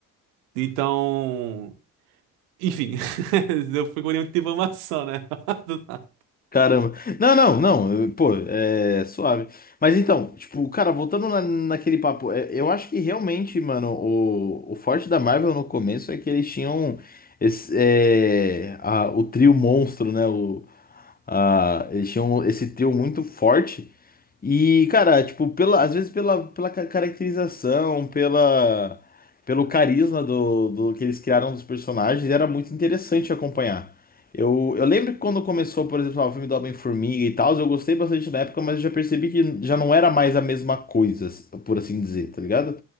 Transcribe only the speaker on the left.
Caramba. Não, não, não. eu- Pô, é suave. Mas então, tipo, cara, voltando na, naquele papo, é, eu acho que realmente, mano, o, o forte da Marvel no começo é que eles tinham esse, é, a- o trio monstro, né? O, a, eles tinham esse trio muito forte. E, cara, tipo, pela, às vezes pela, pela ca- caracterização, pela, pelo carisma do, do que eles criaram dos personagens, era muito interessante acompanhar. Eu, eu lembro que quando começou, por exemplo, lá, o filme do Homem-Formiga e tal, eu gostei bastante na época, mas eu já percebi que já não era mais a mesma coisa, por assim dizer, tá ligado?